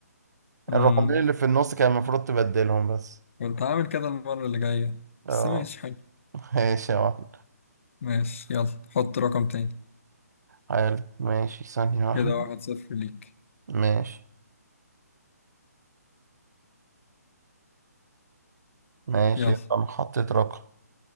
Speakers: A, on the left (about 50°); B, on the right (about 75°).
A: امم
B: الرقمين اللي في النص كان المفروض تبدلهم بس
A: كنت هعمل كده المرة اللي جاية
B: اه
A: بس ماشي حلو
B: ماشي يا واحد
A: ماشي يلا حط رقم تاني
B: حلو ماشي ثانية واحدة
A: كده واحد صفر ليك
B: ماشي ماشي
A: يلا
B: يبقى أنا حطيت رقم